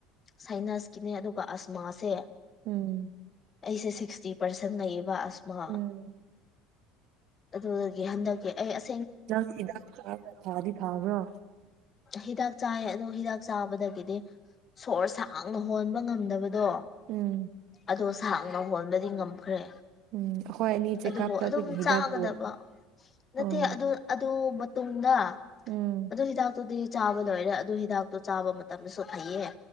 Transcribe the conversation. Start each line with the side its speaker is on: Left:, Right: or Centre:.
Left: ꯁꯥꯏꯅꯁꯀꯤꯅꯦ ꯑꯗꯨꯒ ꯑꯁꯃꯥꯁꯦ
Right: ꯎꯝ
Left: ꯑꯩꯁꯦ ꯁꯤꯛꯁꯇꯤ ꯄꯥꯔꯁꯦꯟ ꯂꯩꯩꯌꯦꯕ ꯑꯁꯃꯥ
Right: ꯎꯝ
Left: ꯑꯗꯨꯗꯒꯤ ꯍꯟꯗꯛꯀꯤ ꯑꯩ ꯑꯁ
Right: ꯅꯪ ꯍꯤꯗꯥꯛ ꯆꯥꯕ꯭ꯔ ꯊꯥꯗꯤ ꯐꯥꯕ꯭ꯔꯣ
Left: ꯍꯤꯗꯥꯛ ꯆꯥꯏ ꯑꯗꯣ ꯍꯤꯗꯥꯛ ꯆꯥꯕꯗꯒꯤꯗꯤ ꯁꯣꯔ ꯁꯥꯡꯅ ꯍꯣꯟꯕ ꯉꯝꯗꯕ ꯗꯣ
Right: ꯎꯝ
Left: ꯑꯗꯣ ꯁꯥꯡꯅ ꯍꯣꯟꯕꯗꯤ ꯉꯝꯈ꯭ꯔꯦ
Right: ꯎꯝ ꯑꯩꯈꯣꯏ ꯑꯅꯤ ꯆꯦꯛꯀꯞ
Left: ꯑꯗꯨꯕꯨ
Right: ꯆꯠꯄꯒꯤ
Left: ꯑꯗꯨꯝ
Right: ꯍꯤꯗꯥꯛꯄꯨ
Left: ꯆꯥꯒꯗꯕ ꯅꯠꯇꯦ
Right: ꯑꯣ
Left: ꯑꯗꯨ ꯑꯗꯨ ꯇꯨꯡꯗꯥ
Right: ꯎꯝ
Left: ꯑꯗꯨ ꯍꯤꯗꯥꯛꯇꯨꯗꯤ ꯆꯥꯕ ꯂꯣꯏꯔꯦ ꯑꯗꯨ ꯍꯤꯗꯥꯛꯇꯨ ꯆꯥꯕ ꯃꯇꯝꯗꯁꯨ ꯐꯩꯌꯦ